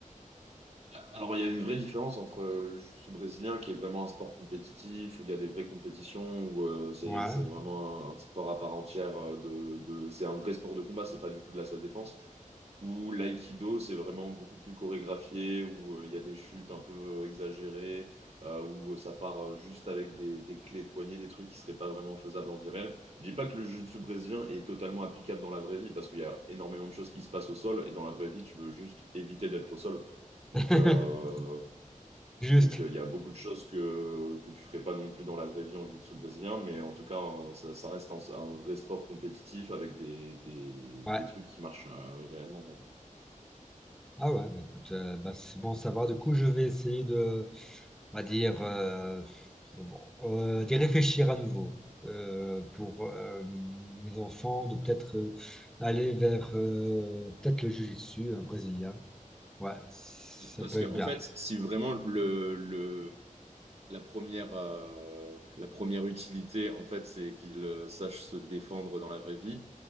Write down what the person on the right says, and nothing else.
Alors il y a une vraie différence entre euh, le jiu-jitsu brésilien qui est vraiment un sport compétitif où il y a des vraies compétitions où euh, c'est
c'est vraiment un, un sport à part entière euh, de de c'est un vrai sport de combat, c'est pas du tout de la selle défense. Ou l'aïkido, c'est vraiment beaucoup plus chorégraphié, où euh, il y a des chutes un peu euh, exagérées, euh, où euh, ça part euh, juste avec des, des clés de poignet, des trucs qui seraient pas vraiment faisables en vie réelle. Je dis pas que le jiu-jitsu brésilien est totalement applicable dans la vraie vie, parce qu'il y a énormément de choses qui se passent au sol, et dans la vraie vie, tu veux juste éviter d'être au sol.
Donc, euh,
donc euh, il y a beaucoup de choses que, que tu ferais pas non plus dans la vraie vie en jiu-jitsu brésilien, mais en tout cas, euh, ça, ça reste un, un vrai sport compétitif avec des, des,
des trucs qui marchent euh, réellement. ouais.
Parce
que,
en
fait, si vraiment le, le, la première, euh, la première utilité, en fait, c'est qu'il euh, sache se défendre dans la vraie vie.